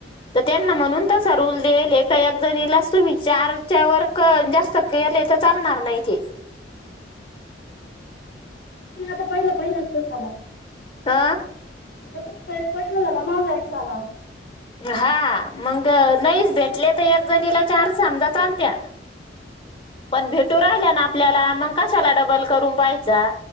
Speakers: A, on the left; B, on the left.
A: तर त्यांना
B: हा
A: म्हणून
B: चालेल
A: तसा
B: ना
A: रुल देईले. क एक जणीलाच तुम्ही चारच्या वर क जास्त केले तर चालणार नाही ते.
B: ती आता पहिलं पहिलं <unintelligible> झाला.
A: आ
B: <unintelligible> माझा एक झाला होता.
A: हां मंग नाहीच भेटले तर एक जणीला चार समजा चालत्या. पण भेटू राहिल्या ना आपल्याला मंग कशाला डबल करून पाहायचा?